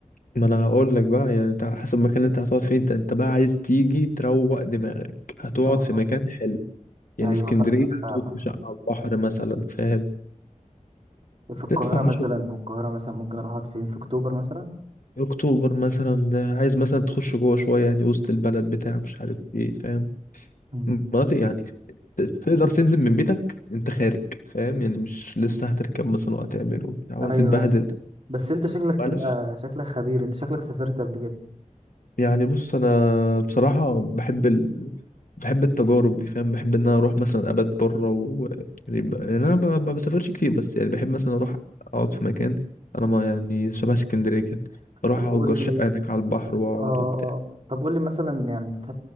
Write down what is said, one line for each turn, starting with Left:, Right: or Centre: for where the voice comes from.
Left: ما انا هقول لك بقى يعني انت على حسب المكان اللي انت هتقعد فيه انت انت بقى عايز تيجي تروق دماغك هتقعد
Right: اه
Left: في مكان حلو يعني
Right: ايوه
Left: اسكندريه
Right: فاهمك
Left: هتقعد
Right: فاهمك
Left: في شقه
Right: فاهمك.
Left: على البحر مثلا فاهم
Right: في القاهرة
Left: تدفع
Right: مثلا
Left: 10
Right: والقاهرة مثلا ممكن اروح اقعد فين في اكتوبر مثلا
Left: اكتوبر مثلا عايز مثلا تخش جوه شويه يعني وسط البلد بتاع مش عارف ايه فاهم
Right: أمم.
Left: مناطق يعني ت- تقدر تنزل من بيتك انت خارج فاهم يعني مش لسه هتركب مثلا وهتعمل وبتاع وهتتبهدل
Right: ايوه أيوة. بس انت شكلك
Left: معلش
Right: كده شكلك خبير انت شكلك سافرت قبل كده
Left: يعني بص انا بصراحه بحب ال... بحب التجارب دي فاهم بحب ان انا اروح مثلا ابات بره و... يعني, ب... يعني انا ب... ما بسافرش كتير بس يعني بحب مثلا اروح اقعد في مكان انا ما يعني شبه اسكندريه كده
Right: طب
Left: اروح
Right: قول
Left: اجر شقه
Right: لي
Left: هناك على البحر واقعد
Right: اه آه.
Left: وبتاع
Right: طب قول لي مثلا يعني انت